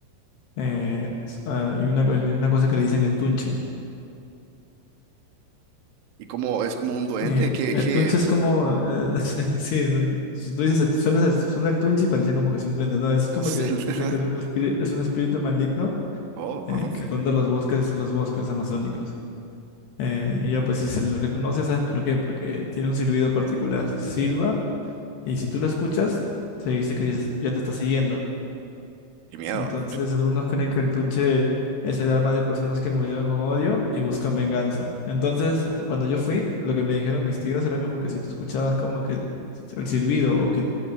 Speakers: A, on the left; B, on the right.
A: eh, s- ah, hay una, co- hay una cosa que le dicen el tunche.
B: Y como es como un duende,
A: Eh,
B: ¿qué,
A: el
B: qué
A: tunche
B: es?
A: es como, eh, <laughs> sí, sí, el- tú dices, suena, suena el tunche y parece como que es un duende, no, es como
B: Es
A: que
B: el-
A: dicen
B: <laughs>
A: que es un espíritu, es un espíritu maligno
B: Oh,
A: eh,
B: ajá,
A: que ronda los bosques, los bosques amazónicos. Eh, y ya pues si se le reconoce, ¿sabes por qué? Porque tiene un silbido particular, silba, y si tú lo escuchas, se dice que ya, se- ya te está siguiendo.
B: qué miedo.
A: Entonces algunos creen que el tunche es el alma de personas que murieron con odio y buscan venganza. Entonces, eh, cuando yo fui, lo que me dijeron mis tíos era como que si tú escuchabas como que te- el silbido o que